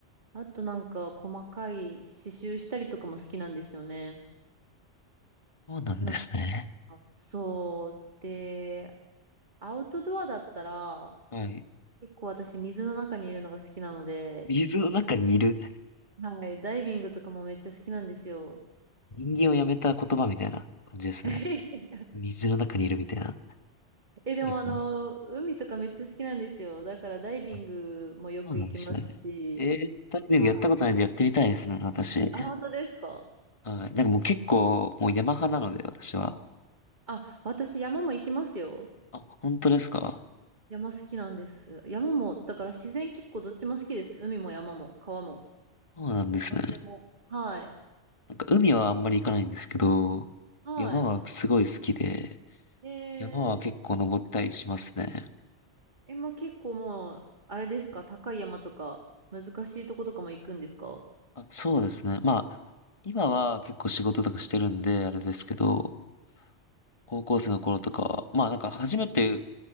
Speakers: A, on the right (about 40°); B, on the left (about 25°).
A: あとなんか細かい刺繍したりとかも好きなんですよね。
B: そうなんですね。
A: なんか、そう。で、アウトドアだったら、
B: はい。
A: 結構私水の中にいるのが好きなので、
B: 水の中にいる。
A: はい。い、ダイビングとかもめっちゃ好きなんですよ。
B: 人間をやめた言葉みたいな感じですね。
A: <laughs>
B: 水の中にいるみたいな。
A: え、でもあの、
B: いいですね。
A: 海とかめっちゃ好きなんですよ。だからダイビングもよく行きますし。
B: あ、そうなんですね。ええ、ダイビングやったことないんでやってみたいですね、
A: はい
B: 私。
A: あ、本当ですか
B: はい。なんかもう結構、もう山派なので、私は。
A: あ、私山も行きますよ。
B: あ、本当ですか
A: 山好きなんです。山も、だから自然結構どっちも好きです。海も山も川も。
B: そうなんですね。
A: なんでも。はい。
B: なんか海はあんまり行かないんですけど、
A: はい。
B: 山はすごい好きで、
A: えー、
B: 山は結構登ったりしますね。
A: え、もう結構もう、あれですか高い山とか難しいとことかも行くんですか
B: あ、そうですね。まあ、今は結構仕事とかしてるんで、あれですけど、高校生の頃とかは、まあなんか初めて、